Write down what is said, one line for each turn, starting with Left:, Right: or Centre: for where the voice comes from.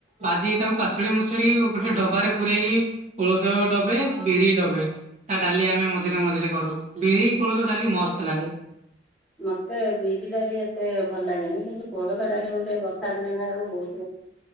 Right: ଭାଜିକି ତାକୁ ପାଛୁଡି ମୁଛୁଡି ଗୋଟେ ଡବାରେ ପୁରେଇକି କୋଳୋଥୋ ଡବେ ବିରି ଡବେ। ତା ଡାଲି ଆମେ ମଝିରେ ମଝିରେ କରୁ ବିରି କୋଳୋଥୋ ଡାଲି ମସ୍ତ ଲାଗେ।
Centre: ମତେ ବିରି ଡାଲି ଏତେ ଭଲ ଲାଗେନି କିନ୍ତୁ କୋଳୋଥୋ ଡାଲି ମତେ ବର୍ଷା ଦିନେ ଖାଇବାକୁ ବୋହୁତ